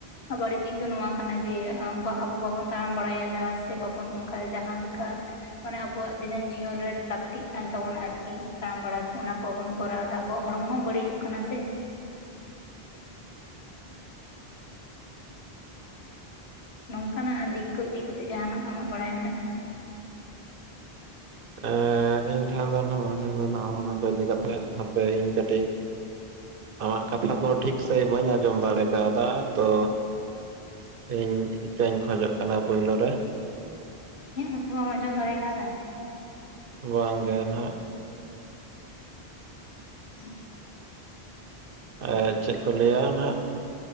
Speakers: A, on the left; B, on the right.
A: ᱵᱟᱹᱲᱤᱡ ᱫᱤᱠ ᱫᱚ ᱱᱚᱣᱟ ᱠᱟᱱᱟ ᱡᱮ ᱟᱵᱚ ᱵᱟᱵᱚᱱ ᱛᱟᱲᱟᱢ ᱵᱟᱲᱟᱭᱮᱫᱟ ᱥᱮ ᱵᱟᱵᱚᱱ ᱚᱱᱠᱟ ᱡᱟᱦᱟᱸ ᱞᱮᱠᱟ ᱢᱟᱱᱮ ᱟᱵᱩᱣᱟᱜ ᱫᱤᱱᱟᱹᱢ ᱡᱤᱭᱚᱱ ᱨᱮ ᱞᱟᱹᱠᱛᱤᱜ ᱠᱟᱱ ᱛᱟᱵᱚᱱᱟ ᱟᱨᱠᱤ ᱛᱟᱲᱟᱢ ᱵᱟᱲᱟ ᱚᱱᱟ ᱠᱚ ᱵᱚᱱ ᱠᱚᱨᱟᱣ ᱫᱟ ᱟᱵᱚᱣᱟᱜ ᱦᱚᱲᱢᱚ ᱦᱚᱸ ᱵᱟᱹᱲᱤᱡᱚᱜ ᱠᱟᱱᱟ ᱥᱮ᱾ ᱱᱚᱝ ᱠᱟᱱᱟᱜ ᱫᱤᱠ ᱠᱚ ᱤᱫᱤ ᱠᱟᱛᱮᱜ ᱡᱟᱦᱟᱱᱟᱜ ᱟᱢᱟᱜ ᱵᱟᱲᱟᱭ ᱢᱮᱱᱟᱜᱼᱟ?
B: ᱮᱸ ᱤᱧ ᱴᱷᱟᱱ ᱫᱚ <unintelligible> ᱚᱱᱟ ᱠᱚ ᱤᱫᱤ ᱠᱟᱛᱮᱜ ᱦᱟᱯᱮ ᱤᱧ ᱠᱟᱹᱴᱤᱡ᱾ ᱟᱢᱟᱜ ᱠᱟᱛᱷᱟ ᱠᱚ ᱴᱷᱤᱠ ᱥᱟᱺᱦᱤᱡ ᱵᱟᱹᱧ ᱟᱸᱡᱚᱢ ᱫᱟᱲᱮ ᱠᱟᱣᱫᱟ᱾ ᱛᱚ ᱤᱧ ᱤᱠᱟᱹᱧ ᱠᱷᱚᱡᱚᱜ ᱠᱟᱱᱟ ᱯᱩᱭᱞᱳ ᱨᱮ᱾
A: ᱤᱧᱟᱹᱜ ᱠᱟᱛᱷᱟ ᱵᱟᱢ ᱟᱸᱡᱚᱢ ᱫᱟᱲᱮ ᱠᱟᱣᱫᱟ᱾
B: ᱵᱟᱝ ᱜᱮᱱ ᱦᱟᱸᱜ᱾
A: <inaudible>
B: ᱟᱨ ᱪᱮᱫ ᱠᱚ ᱞᱟᱹᱭᱟ ᱦᱟᱸᱜ?